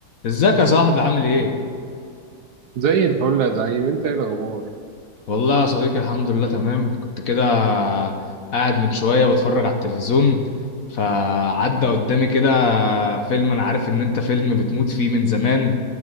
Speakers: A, on the left; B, on the right.
A: ازيك يا صاحبي عامل ايه؟
B: زي الفل يا زعيم انت ايه الاخبار
A: والله يا صديقي الحمد لله تمام كنت كده قاعد من شوية بتفرج على التلفزيون فعدى قدامي كده فيلم انا عارف ان انت فيلم بتموت فيه من زمان